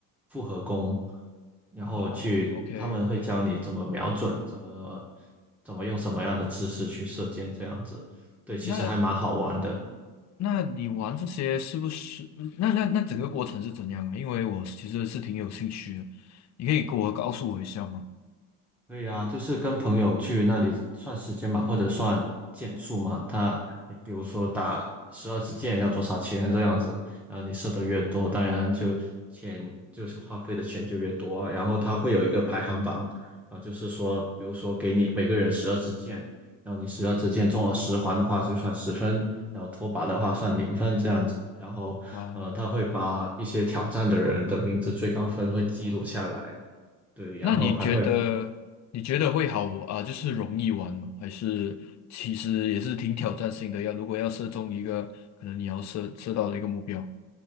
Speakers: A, in the centre; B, on the left.
A: 复合弓，然后去他们会教你怎么瞄准，
B: 啊，OK OK，
A: 怎么怎么用什么样的姿势去射箭这样子。对，其实还蛮好玩的。
B: 那那你玩这些是不是？那那那整个过程是怎样啊？因为我其实是挺有兴趣的，你可以给我告诉我一下吗？
A: 对呀，就是跟朋友去那里算时间嘛，或者算件数嘛。他比如说打十二支箭要多少钱这样子，然后你射的越多，当然就钱就是花费的钱就越多啊然后他会有一个排行榜，然后就是说，比如说给你每个人十二支箭，然后你十二支箭中了十环的话就算十分，然后脱靶的话算零分这样子。然后呃，
B: 啊
A: 他会把一些挑战的人的名字最高分会记录下来。对，然后还会
B: 那你觉得你觉得会好啊，就是容易玩吗？还是其实也是挺挑战性的？要如果要射中一个，可能你要射射到的一个目标。